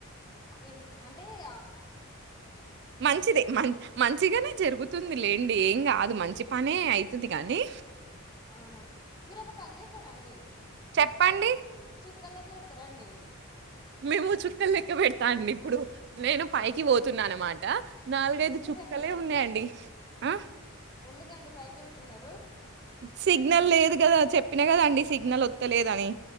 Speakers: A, on the left; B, on the right.
A: ఎందుకు అంటే ఆ
B: మంచిది మ మంచిగానే జరుగుతు ంది లేండి ఏం కాదు మంచి పనే అవుతది గాని
A: అవునండి మీరు ఒక పని చేస్తారా అండి
B: చెప్పండి
A: చుక్కలెక్కపెడుతరా అండి
B: మేము చుక్కలు లెక్క పెడతా అండి ఇప్పుడు నేను పైకి పోతున్నా అన్నమాట నాలుగైదు
A: ఎందుకండి
B: చుక్కలే ఉన్నాయండి ఆ
A: ఎందుకండి పైకేళ్తున్నారు
B: సిగ్నల్ లేదు కదా చెప్పినా కదండి సిగ్నల్ ఒత్తలేదని